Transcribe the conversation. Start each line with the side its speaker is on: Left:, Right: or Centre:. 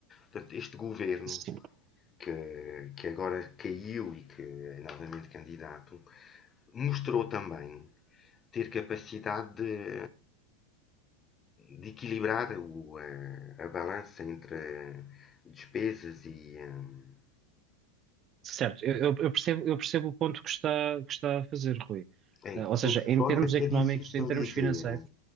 Left: Portanto, este governo,
Right: Sim.
Left: que, que agora caiu e que é novamente candidato, mostrou também ter capacidade de, de equilibrar o, eh, a balança entre despesas e, hum,
Right: Certo, eu, eu- eu percebo, eu percebo o ponto que está, que está a fazer, Rui.
Left: é,
Right: Ah, ou seja,
Left: tem forma
Right: em termos
Left: que
Right: económicos,
Left: é difícil
Right: em termos
Left: dizer.
Right: financeiros,